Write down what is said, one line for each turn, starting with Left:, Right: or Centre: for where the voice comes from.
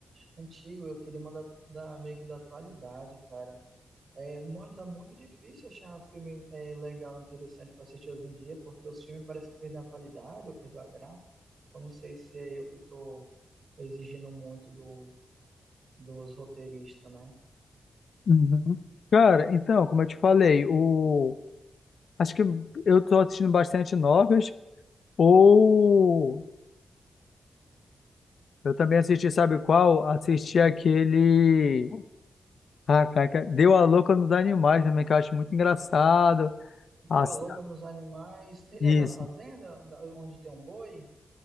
Right: antigo. Eu queria mandar da, meio que da atualidade, cara. É, mano, tá muito difícil achar um filme é, legal, interessante pra assistir hoje em dia, porque os filmes parece que perderam a qualidade ou perdeu a graça. Eu não sei se é eu que tô exigindo muito do, dos roteiristas, né?
Left: Uhum. Cara, então, como eu te falei, o... acho que eu tô assistindo bastante novas, ou eu também assisti, sabe qual? Assisti aquele... Ah, cara, que- Deu a Louca nos Animais também, que eu acho muito engraçado. As-
Right: Deu a louca nos animais. Ele
Left: Isso,
Right: é da fazenda, da- onde tem um boi?